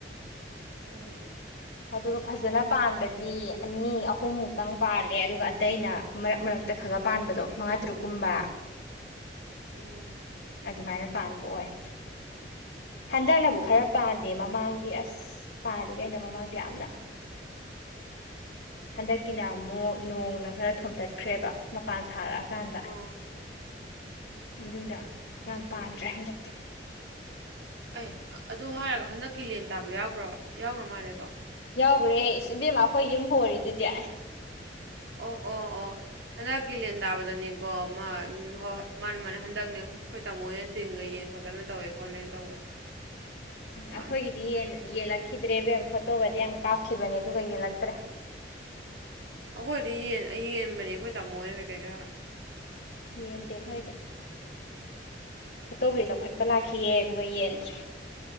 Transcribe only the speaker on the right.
ꯎꯝ
ꯎꯝ
ꯎꯝ
ꯍꯟꯗꯛꯀꯤ
ꯑꯦ ꯑꯗꯨ ꯍꯥꯏꯔꯒ ꯍꯟꯗꯛꯀꯤ ꯂꯦꯟ ꯇꯥꯕ ꯌꯥꯎꯈ꯭ꯔꯕ ꯌꯥꯎꯈ꯭ꯔ ꯃꯥꯜꯂꯦꯀꯣ
ꯑꯣ ꯑꯣ ꯑꯣ ꯍꯟꯗꯛꯀꯤ ꯂꯦꯟ ꯇꯥꯕꯗꯅꯦꯀꯣ ꯃꯥ ꯎꯝ ꯍꯣꯏ ꯍꯣꯏ ꯃꯥꯅ‌ꯦ ꯃꯥꯅ‌ꯦ ꯍꯟꯗꯛꯅꯦ ꯑ ꯈꯣꯏ ꯇꯥꯃꯣ ꯍ‌ꯣꯏꯅ ꯇꯤꯟꯒ ꯌꯦꯟ ꯈꯣꯠꯇꯅ ꯇꯧꯋꯦ ꯈꯣꯠꯂꯦꯅ ꯇꯧꯕꯗꯣ
ꯃꯥꯅꯦ
ꯑꯩꯈꯣꯏꯗꯤ ꯌꯦꯟ ꯑ ꯌꯦꯟꯕꯅꯤ ꯑꯩꯈꯣꯏ ꯇꯥꯃꯣꯍ‌ꯣꯏꯅ ꯀꯩꯀꯩ ꯈꯔ